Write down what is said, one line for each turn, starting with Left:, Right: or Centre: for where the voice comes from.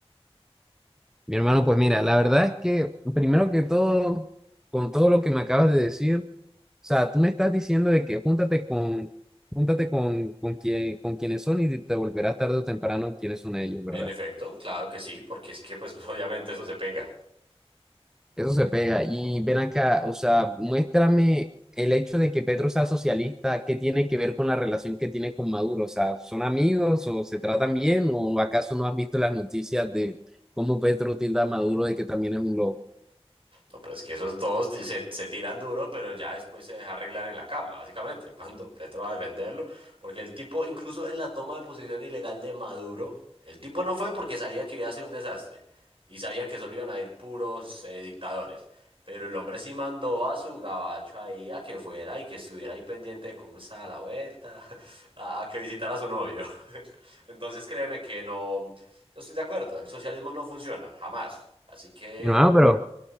Centre: Mi hermano, pues mira, la verdad es que primero que todo, con todo lo que me acabas de decir, o sea, tú me estás diciendo de que júntate con, júntate con, con, quien, con quienes son y te volverás tarde o temprano quienes son ellos, ¿verdad?
Right: En efecto, claro que sí, porque es que pues <laughs> obviamente eso se pega.
Centre: Eso se pega. Y ven acá, o sea, muéstrame el hecho de que Petro sea socialista, ¿qué tiene que ver con la relación que tiene con Maduro? O sea, ¿son amigos o se tratan bien? ¿O acaso no has visto las noticias de cómo Petro tilda a Maduro de que también es un loco?
Right: No, pero es que esos dos di- se, se tiran duro, pero ya después se deja arreglar en la cama, básicamente, <laughs> cuando Petro va a defenderlo, porque el tipo, incluso en la toma de posesión ilegal de Maduro, el tipo no fue porque sabía que iba a ser un desastre y sabía que solo iban a ir puros eh, dictadores, pero el hombre sí mandó a su gabacho ahí a que fuera y que estuviera ahí pendiente de cómo estaba la vuelta, <laughs> a, a que visitara a su novio. <laughs> Entonces créeme que no, no estoy de acuerdo, el socialismo no funciona, jamás. Así que...
Centre: Mi hermano, pero